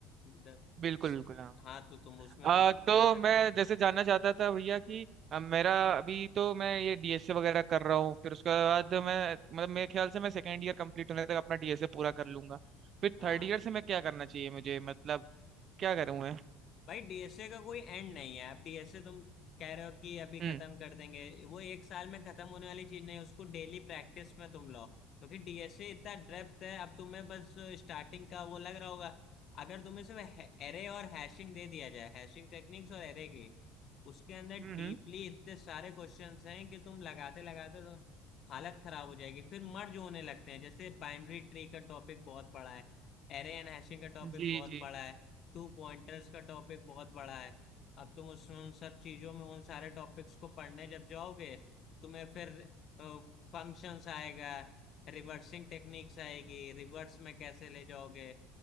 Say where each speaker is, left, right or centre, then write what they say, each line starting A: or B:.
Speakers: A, on the left (about 50°); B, on the right (about 50°).
A: इधर-
B: बिल्कुल बिल्कुल
A: हाँ तो तुम उसमें
B: आ,
A: फिर
B: तो
A: जा सकते
B: मैं
A: हो
B: जैसे जानना चाहता था भैया कि अ, मेरा अभी तो मैं ये डीएसए वगैरह कर रहा हूँ फिर उसके बाद मैं मतलब मेरे ख्याल से मैं सेकेंड ईयर कंप्लीट होने तक अपना डीएसए पूरा कर लूंगा फिर
A: हाँ
B: थर्ड ईयर से मैं क्या करना चाहिए मुझे मतलब क्या करूँ मैं
A: भाई डीएसए का कोई एंड नहीं है आप डीएसए तुम कह रहे हो कि अभी
B: हम्म
A: खत्म कर देंगे वो एक साल में खत्म होने वाली चीज नहीं है, उसको डेली प्रैक्टिस में तुम लो क्योंकि डीएसए इतना डेप्थ है अब तुम्हें बस स्टार्टिंग का वो लग रहा होगा अगर तुम्हें सिर्फ एरे और हैशिंग दे दिया जाए हैशिंग टेक्निक्स और एरे की उसके अंदर डीपली
B: हम्म
A: इतने सारे क्वेश्चंस हैं कि तुम लगाते लगाते तो हालत खराब हो जाएगी फिर मर्ज होने लगते हैं जैसे बाइनरी ट्री का टॉपिक बहुत बड़ा है एरे एंड हैशिंग का टॉपिक
B: हम्म, जी
A: बहुत
B: जी
A: बड़ा है टू पॉइंटर्स का टॉपिक बहुत बड़ा है अब तुम उसमें उन सब चीजों में उन सारे टॉपिक्स को पढ़ने जब जाओगे तुम्हें फिर फंक्शंस आएगा रिवर्सिंग टेक्निक्स आएगी रिवर्स में कैसे ले जाओगे